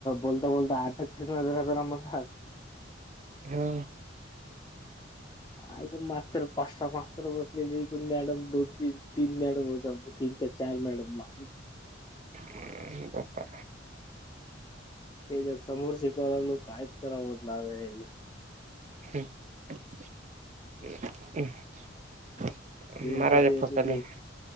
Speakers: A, on the left (about 20°); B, on the right (about 35°).
A: बोलता बोलता आटकते जरा जरा मग
B: हा <inaudible>
A: ऐक मास्तर पाच सहा मास्तर बसलेले एकूण मॅडम दोन तीन तीन मॅडम होत्या <unintelligible> तीन का चार मॅडम बा
B: हो बाप्पा
A: त्यांच्या समोर शिकवाय लागल कायच करावंत <unintelligible>
B: हम् <unintelligible> हम् <unintelligible>
A: त्याच्यातनी त्याच्यातनी ते